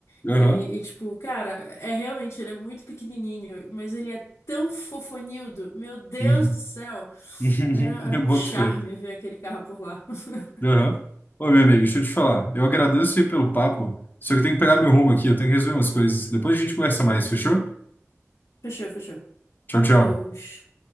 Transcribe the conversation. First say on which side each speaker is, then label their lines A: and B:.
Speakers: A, on the left (about 80°); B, on the left (about 40°).
A: E,
B: Aham.
A: e, tipo, cara, é realmente, ele é muito pequenininho, mas ele é tão fofonildo. Meu Deus
B: Uhum.
A: do céu!
B: <laughs>
A: Era, era
B: Eu
A: um
B: boto
A: charme
B: fé.
A: ver aquele carro por lá. <laughs>
B: Aham. Ô, meu amigo, deixa eu te falar. Eu agradeço aí pelo papo, só que eu tenho que pegar meu rumo aqui, eu tenho que resolver umas coisas. Depois a gente conversa mais, fechou?
A: Fechou, fechou.
B: Tchau, tchau.
A: Falou. Tchau, tchau.